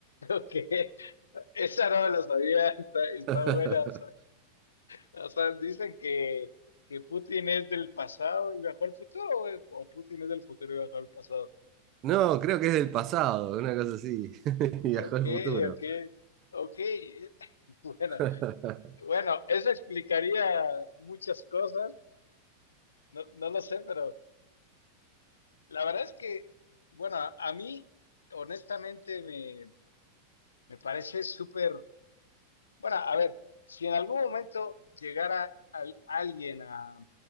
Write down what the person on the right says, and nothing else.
<laughs>
No, creo que es del pasado, una cosa así. <laughs> Viajó
al futuro.
<laughs>